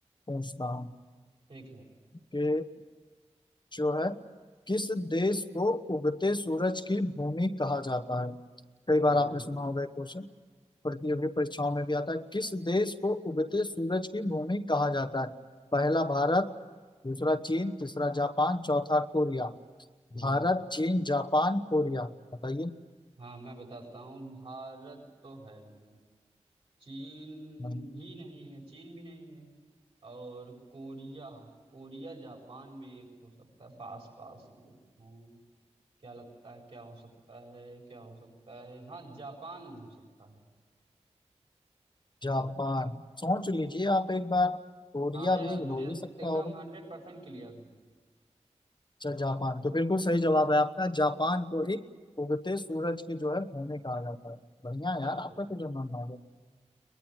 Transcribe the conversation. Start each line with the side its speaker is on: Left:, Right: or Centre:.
Left: पूछता हूँ
Right: ठीक है
Left: ये जो है किस देश को उगते सूरज की भूमि कहा जाता है कई बार
Right: बिल्कुल
Left: आपने सुना होगा ये क्वेश्चन प्रतियोगी परीक्षाओं में भी आता है किस देश को उगते सूरज की भूमि कहा जाता है पहला भारत दूसरा चीन तीसरा जापान चौथा कोरिया
Right: हम्म
Left: भारत चीन जापान कोरिया बताइए
Right: हाँ मैं बताता हूँ भारत तो है नहीं चीन
Left: नहीं,
Right: भी नहीं है चीन भी नहीं है और कोरिया कोरिया जापान में एक हो सकता है पास पास हैं दोनों। क्या लगता है क्या हो सकता है क्या हो सकता है हाँ जापान हो सकता है
Left: जापान सोच लीजिए आप एक बार कोरिया
Right: हाँ यार
Left: भी
Right: मुझे
Left: हो ही सकता
Right: एकदम
Left: होगा
Right: हंड्रेड परसेंट क्लियर हूँ
Left: अच्छा जापान तो बिल्कुल सही जवाब है आपका जापान को एक उगते सूरज की जो है भूमि कहा जाता है बढ़िया
Right: बिल्कुल
Left: यार आपका तो जो नाम है